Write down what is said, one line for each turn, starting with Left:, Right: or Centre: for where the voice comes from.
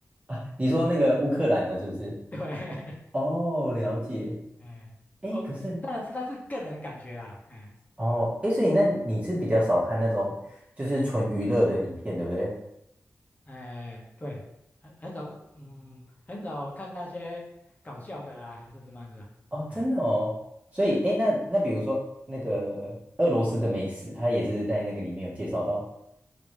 Right: 啊？<laughs> 你说那个乌克兰的是不是？
Left: <laughs> 对，
Right: 哦，了解。
Left: 哎，
Right: 诶，
Left: 哦，
Right: 可是
Left: 当然是那是个人的感觉啦，哎
Right: 哦，诶，所以那你是比较少看那种就是纯娱乐的影片，对不对？
Left: 哎，对，很很少，嗯，很少看那些搞笑的啊，还是什么样子的，
Right: 哦，
Left: 哎
Right: 真的哦，所以哎诶，
Left: 嗯。
Right: 那那比如说那个俄罗斯的美食，它也是在那个里面有介绍到。